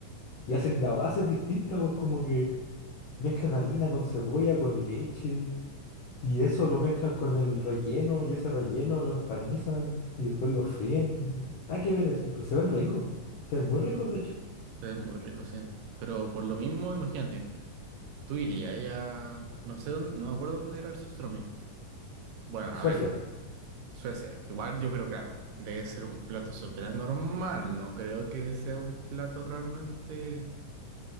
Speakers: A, on the left; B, on the right.
A: Y hacen la base distinta, pues como que mezclan harina con cebolla, con leche. Y eso lo mezclan con el relleno y ese relleno lo empanizan y después lo fríen. Nada que ver así, pero se ven ricos. Se ven muy ricos, de hecho.
B: se ve muy rico, sí. Pero por lo mismo, imagínate, tú irías ahí a... No sé dónde, no me acuerdo dónde era el sustroming. Bueno,
A: Suecia.
B: a ver, Suecia, igual yo creo, claro, debe ser un plato súper normal. No creo que sea un plato realmente